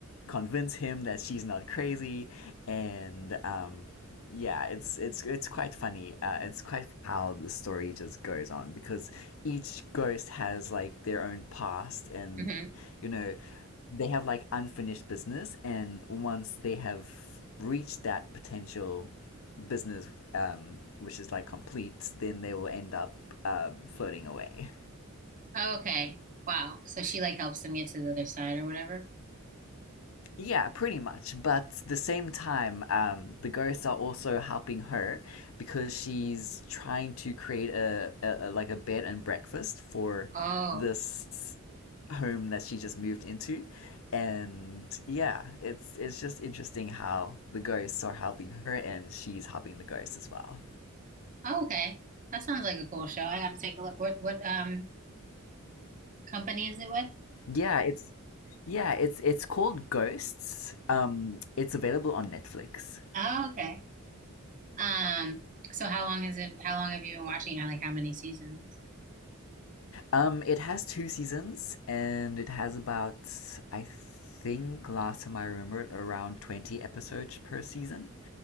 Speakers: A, on the left; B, on the right.
A: convince him that she's not crazy and um, yeah, it's it's it's quite funny. Uh, it's quite how the story just goes on because each ghost has like their own past and
B: Mm-hmm.
A: you know they have like unfinished business and once they have reached that potential business um, which is like complete then they will end up um, floating away
B: Okay. Wow. So she like helps them get to the other side or whatever.
A: Yeah, pretty much. But the same time, um, the ghosts are also helping her because she's trying to create a, a, a like a bed and breakfast for
B: Oh.
A: this home that she just moved into. And yeah, it's it's just interesting how the ghosts are helping her and she's helping the ghosts as well.
B: Oh, okay. That sounds like a cool show. I have to take a look. What what um company is it with?
A: Yeah, it's yeah, it's it's called Ghosts. Um, it's available on Netflix.
B: Oh, okay. Um, so how long is it how long have you been watching it? Like how many seasons?
A: Um, it has two seasons, and it has about, I think, last time I remembered, around 20 episodes per season.